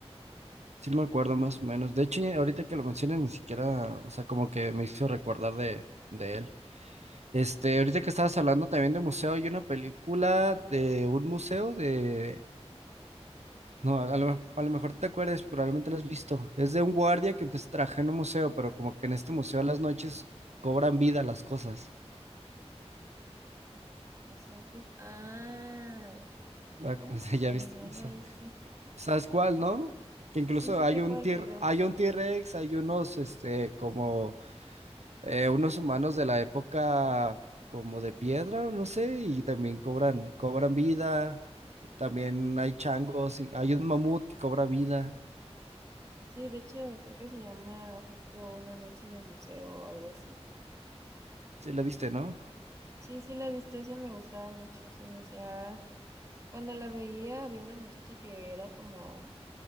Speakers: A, on the right; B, on the right.
A: Sí me acuerdo más o menos. De hecho, ahorita que lo mencionas, ni siquiera, o sea, como que me hizo recordar de, de él. Este, ahorita que estabas hablando también de museo, hay una película de un museo de... No, a lo, a lo mejor te acuerdes, probablemente la has visto. Es de un guardia que empieza a trabajar en un museo, pero como que en este museo a las noches cobran vida las cosas.
B: No sé, ok. Ah.
A: Va-
B: ¿Cómo
A: <laughs> o sea,
B: se
A: Ya
B: llamaba
A: viste, ya sa-
B: esa?
A: ¿Sabes cuál, no? Que incluso
B: Sí, sí
A: hay
B: sé
A: un
B: cuál,
A: tir,
B: pero
A: hay un T-Rex, hay unos, este, como eh, unos humanos de la época como de piedra, no sé, y también cobran, cobran vida. También hay changos, y hay un mamut que cobra vida.
B: sí, de hecho creo que se llama justo Una noche en el museo o algo así.
A: Sí, la viste, ¿no?
B: Sí, sí la he visto, esa me gustaba mucho, se me hacía... Cuando la veía había una muchacha que era como,